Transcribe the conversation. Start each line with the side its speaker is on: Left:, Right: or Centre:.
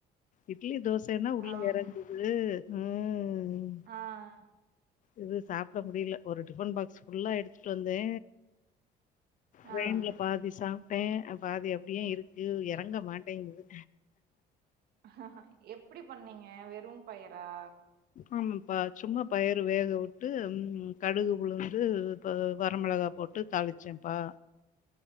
Left: இட்லி தோச சைன்னா உள்ள
Right: ஆ
Left: இறங்குது ம்
Right: ஆஹ்
Left: இது சாப்ட முடியல ஒரு டிஃபன் பாக்ஸ் ஃபுல்லா எடுத்துட்டு வந்தே
Right: ஆ
Left: ட்ரெயின்ல பாதி சாப் சாப்ட்டேன் பாதி அப்டியே இருக்கு இறங்க மாட்டேங்குது
Right: ஹஹஹ எப்டி பண்ணீங்க வெறும் பயரா
Left: ஆமாப்பா சும்மா பயர் வேக வுட்டு கடுகு உளுந்து வரமிளகா போட்டு தாளிச்சேன்ப்பா